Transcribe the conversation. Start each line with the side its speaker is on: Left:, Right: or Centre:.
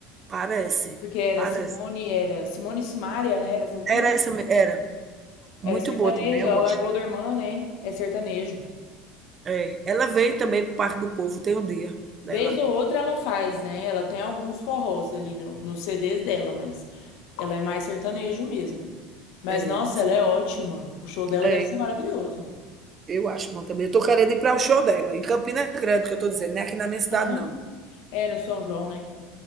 Right: Parece,
Left: Porque era
Right: parece.
Left: Simone, era Simone e Simaria, né? Era sertanejo.
Right: Era essa, me- era. Muito
Left: Era sertanejo,
Right: boa também, eu
Left: ela
Right: gosto.
Left: largou da irmã, né? É sertanejo.
Right: É, ela veio também para o Parque do Povo, tem um dia dela.
Left: Vez ou outra ela faz, né? Ela tem alguns forrós ali no, nos CDs dela, mas ela é mais sertanejo mesmo. Mas
Right: É,
Left: nossa, ela é ótima. O show dela
Right: é,
Left: deve ser maravilhoso.
Right: eu acho bom também. Eu tô querendo ir para o show dela, em Campina Grande, que eu tô dizendo, não é aqui na minha cidade,
Left: Aham.
Right: não.
Left: É, no São João, né?